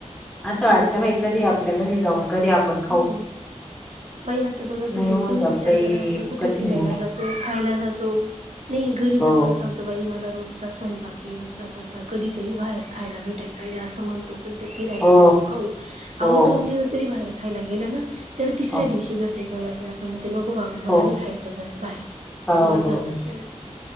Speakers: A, in the centre; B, on the right.
A: असं वाटतं
B: म्हणतो
A: बाई कधी
B: मला
A: आपल्या घरी जाऊन, कधी आपण खाऊ.
B: हम्म बाई आता बघा तुम्हीचं,
A: नाही होऊन
B: तुम्हींच
A: जात
B: विचार
A: लई
B: करा, आपण कुठे
A: कठीण
B: फिरायला
A: आहे
B: जातो, खायला जातो, नाही घरीच
A: हो
B: आपण सांग तो बाई मला रोजचा स्वयंपाक आहे, रोजचा स्वयंपाक कधी तरी बाहेर खायला भेटायला पाहिजे असं म्हणतो. फिरायला
A: हो
B: जाऊ, खाऊ, अहो
A: हो
B: दोन दिवस जरी बाहेर खायला गेलं ना, तरी तिसऱ्या
A: हो
B: दिवशी घर घ्या जेवणाची आट वण येते नको बाबा मला
A: हो
B: नाही खायचं घर बाहेरचं
A: हो
B: मला घरचंच खायचं.